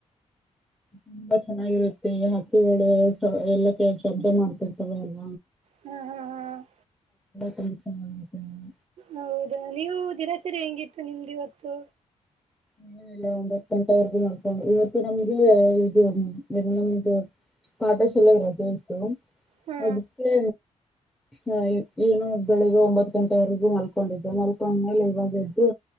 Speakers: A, in the centre; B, on the right.
A: ತುಂಬಾ ಚೆನ್ನಾಗಿರುತ್ತೆ ಹಕ್ಕಿಗಳು ಎಲ್ಲ ಕೆ ಶಬ್ದ ಮಾಡ್ತಿರ್ತವೆ ಅಲ್
B: ಹ್ಮ್ ಹ್ಮ್ ಹ್ಮ್
A: <inaudible>
B: ಹೌದಾ ನೀವು ದಿನಾಚರಿ ಹೆಂಗಿತ್ತು ನಿಮ್ದು ಇವತ್ತು
A: ಇಲ್ಲ ಇಲ್ಲ ಒಂದ್ತ್ತು ಗಂಟೆವರೆಗ ನೋಡ್ಕೊಂಡು ಇವತ್ತು ನಮ್ಗೆ ಇದು ನಮ್ದು ಪಾಠಶಾಲೆ ರಜೆ ಇತತ್ತು
B: ಹಾ
A: ಅದಕ್ಕೆ ಹ ಏನು ಬೆಳಿಗ್ಗೆ ಒಂಬತ್ ಗಂಟೆವರೆಗೂ ಮಲ್ಕೊಂಡಿದ್ದೆ ಮಲ್ಕೊಂಡ್ಮೇಲೆ ಇವಾಗ ಎದ್ದು